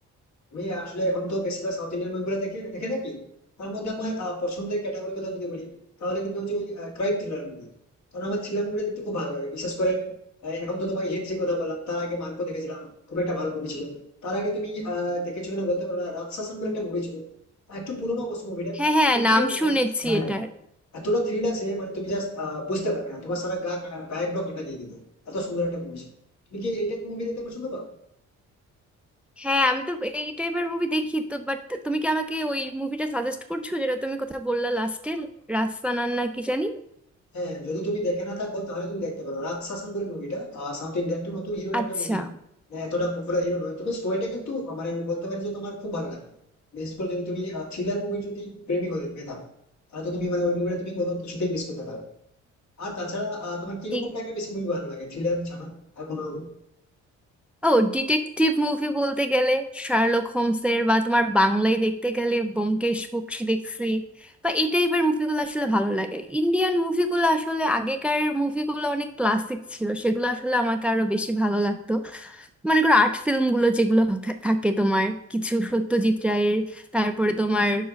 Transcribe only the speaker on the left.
আমি আসলে এখন তো বেশিরভাগ সাউথ ইন্ডিয়ান মুভিগুলো দেখে দেখে থাকি তার মধ্যে আমার আহ, পছন্দের ক্যাটাগরি কথা যদি বলি তাহলে কিন্তু হচ্ছে ওই ক্রাইম থ্রিলার মুভি কারণ আমার থ্রিলার মুভি দেখতে খুব ভালো লাগে বিশেষ করে আহ, এখন তো তোমাকে হিট থ্রি কথা বললাম তার আগে মার্কো দেখেছিলাম খুব একটা ভালো মুভি ছিল তার আগে তুমি আহ দেখেছো কিনা বলতে পারো না রাজশাসন বলে একটা মুভি ছিল আহ, একটু পুরোনো অবশ্য মুভিটা
কিন্তু
মানে
হ্যাঁ
এতটা থ্রিল আছে মানে তুমি জাস্ট বুঝতে পারবে না তোমার সারা গা গায়ে ব্লক এটা দিয়ে দিবে এত সুন্দর একটা মুভি ছিল তুমি কি এই টাইপের মুভি দেখতে পছন্দ পাও
হ্যাঁ যদি তুমি দেখে না থাকো তাহলে তুমি দেখতে পারো রাজ শাসন বলে মুভিটা সাউথ ইন্ডিয়ান একটু নতুন হিরোর
একটা মুভি এতটা পপুলার হিরো নয় তবে স্টোরিটা কিন্তু আহ, মানে বলতে পারি যে তোমার খুব ভালো লাগে বিশেষ করে যদি তুমি থ্রিলার মুভি যদি প্রেমিক হয়ে যেতে থাকো তাহলে তো তুমি মানে ওই মুভিটা তুমি কোনো কিছুতেই মিস করতে পারো আর তাছাড়া আহ, তোমার কিরকম
টাইপের বেশি মুভি ভালো লাগে থ্রিলার ছাড়া আর কোনো রকম